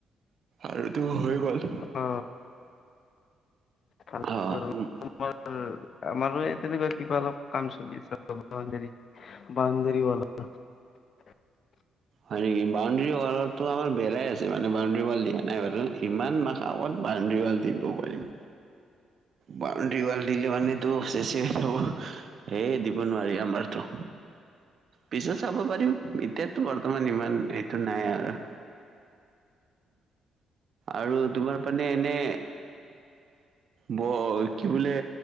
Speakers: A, on the right; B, on the left.
A: আৰুতো হৈ গ'ল
B: অ ভাল
A: অহ উম
B: তোমাৰ আমাৰো এই তেনেকুৱা কিবা অলপ কাম চলি আছে বাউণ্ডেৰী বাউণ্ডেৰী <unintelligible>
A: হয় নেকি বাউণ্ডাৰী ৱাৰটো আমাৰ বেলাই আছে মানে বাউণ্ডৰী ৱাল দিয়া নাই বাৰু ইমান মাহ আগত বাউণ্ডৰী ৱাল দিব পাৰিম
B: উ <unintelligible>
A: বাউণ্ডেৰী ৱাল দিলে মানে চেছে হৈ যাব সেয় দিব নোৱাৰি আমাৰতো পিছত চাব পাৰি এতিয়ো বৰ্তমান ইমান এইটো নাই আৰু আৰু তোমাৰ মানে এনে ব কি বোলে